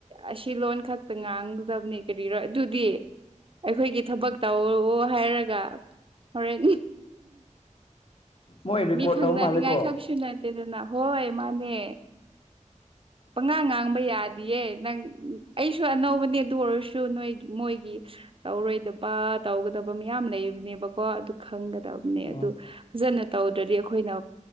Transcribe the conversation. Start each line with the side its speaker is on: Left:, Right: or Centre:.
Right: ꯑꯁꯤ ꯂꯣꯟ ꯈꯛ ꯈꯛꯇ ꯉꯥꯡꯒꯗꯕꯅꯤ ꯀꯔꯤꯔ ꯑꯗꯨꯗꯤ ꯑꯩꯈꯣꯏꯒꯤ ꯊꯕꯛ ꯇꯧꯔꯑꯣ ꯍꯥꯏꯔꯒ ꯍꯔꯦꯟ
Left: ꯃꯣꯏ ꯔꯦꯀꯣꯔꯠ
Right: ꯃꯤ ꯈꯪꯅꯅꯤꯉꯥꯏ
Left: ꯇꯧꯕ ꯃꯥꯜꯂꯦꯀꯣ
Right: ꯈꯛꯁꯨꯅ ꯇꯦꯗꯅ ꯍꯣꯏ ꯃꯥꯅꯦ ꯄꯉꯥꯡ ꯉꯥꯡꯕ ꯌꯥꯗꯤꯌꯦ ꯅꯪ ꯑꯩꯁꯨ ꯑꯅꯧꯕꯅꯦ ꯑꯗꯨ ꯑꯣꯏꯔꯁꯨ ꯅꯣꯏ ꯃꯣꯏꯒꯤ ꯇꯧꯔꯣꯏꯗꯕ ꯇꯧꯒꯗ ꯗꯕ ꯃꯌꯥꯝ ꯂꯩꯕꯅꯦꯕꯀꯣ ꯑꯗꯨ ꯈꯪꯒꯗꯕꯅꯦ
Left: ꯑꯣ
Right: ꯑꯗꯨ ꯐꯖꯅ ꯇꯧꯗ꯭ꯔꯗꯤ ꯑꯩꯈꯣꯏꯅ